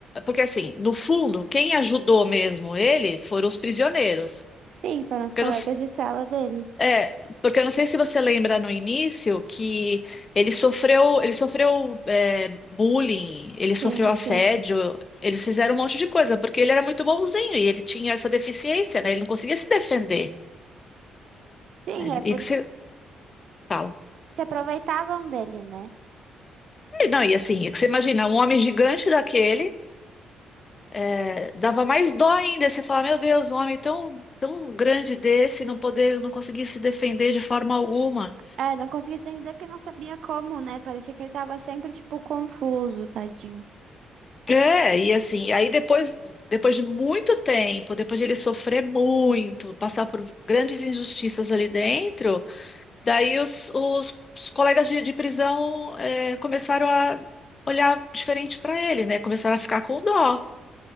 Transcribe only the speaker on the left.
porque, assim, no fundo, quem ajudou mesmo ele foram os prisioneiros.
Porque
eu não, se-
é, porque eu não sei se você lembra no início que ele sofreu, ele sofreu, eh, bullying, ele sofreu
assédio,
eles fizeram um monte de coisa, porque ele era muito bonzinho e ele tinha essa deficiência, né? Ele não conseguia se defender.
né?
E que você fala.
Não, e assim, é que você imagina um homem gigante daquele. É, dava mais dó ainda você falar, meu Deus, um homem tão, tão grande desse não poder, não conseguir se defender de forma alguma.
É, e assim, aí depois, depois de muito tempo, depois de ele sofrer muito, passar por grandes injustiças ali dentro, daí os, os, os colegas de, de prisão é, começaram a olhar diferente para ele, né? Começaram a ficar com dó.